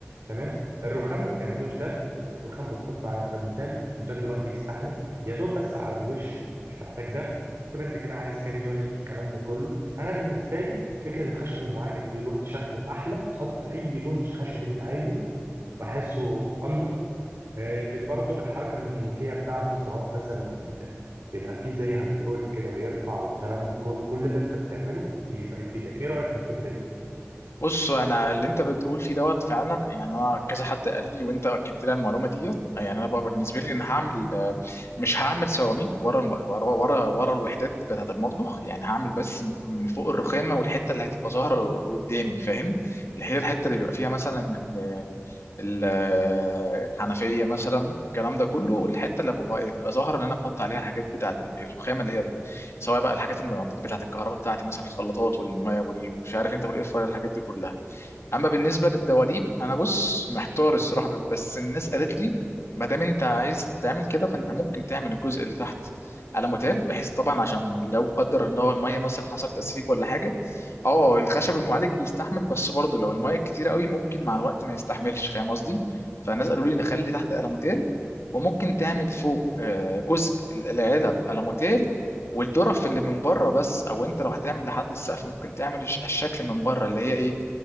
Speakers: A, on the right; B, on the left.
A: تمام الرخام ما بتعملوش ده الرخام بتحطه على الالموتال الالموتال دلوقتي بيستحمل يا دوب بس على الوش مش محتاج دفع شوف انت كده عايز كام يونت والكلام ده كله انا بالنسبه لي فكره الخشب المعالج دلوقتي شكله احلى تحط اي لون خشب انت عايزه بحسه انضف آه، بال- برضه بالحركة الميكانيكية بتاعته سواء مثلا ال... بيبقى فيه زي هيدروليك كده بيرفع والكلام ده كله كل ده انت بتعمله بيبقى يفيدك ايه رأيك في الفكرة دي
B: بص انا اللي انت بتقول فيه دوت فعلا يعني انا كذا حد قال لي وانت اكدت لي المعلومه ديت يعني انا بقى بالنسبه لي انا هعمل آه، مش هعمل سيراميك ورا الم... ورا ورا ورا الوحدات بتاعه المطبخ يعني هعمل بس من فوق الرخامه والحته اللي هتبقى ظاهره قدامي فاهم اللي هي الحته اللي بيبقى فيها مثلا ال... ال... آه، الحنفيه مثلا الكلام ده كله والحته اللي ببقى بتبقى ظاهره اللي انا بحط عليها الحاجات بتاعه ال- الرخامه اللي هي ال- سواء بقى الحاجات المعدات بتاعه الكهرباء بتاعتي مثلا الخلاطات والميه والمش عارف انت والاير فراير الحاجات دي كلها اما بالنسبه للدواليب انا بص محتار الصراحه بس الناس قالت لي ما دام انت عايز تعمل كده فانت ممكن تعمل الجزء اللي تحت على متال بحيث طبعا عشان لو قدر ان هو الميه مثلا حصل تسريب ولا حاجه اه الخشب المعالج بيستحمل بس برضه لو الميه كتيره قوي ممكن مع الوقت ما يستحملش فاهم قصدي فالناس قالوا لي نخلي تحت الموتيل وممكن تعمل فوق آه، جزء العلب الموتيل والدرف اللي من بره بس او انت لو هتعمل لحد السقف ممكن تعمل الش- الشكل من بره اللي هي ايه